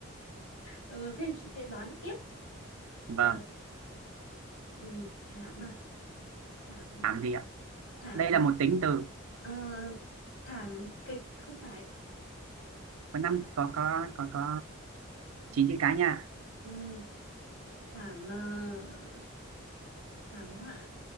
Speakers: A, on the left (about 65°); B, on the right (about 85°).
A: Ờ, thế thì chị sẽ đoán tiếp
B: vâng
A: Ờ, ừm, thảm à thảm
B: làm gì ạ
A: thảm
B: đây là một tính từ
A: ờ, thảm kịch không phải
B: có năm
A: thảm
B: có có có có chín chữ cái nha
A: Ừ, thảm ờ, thảm họa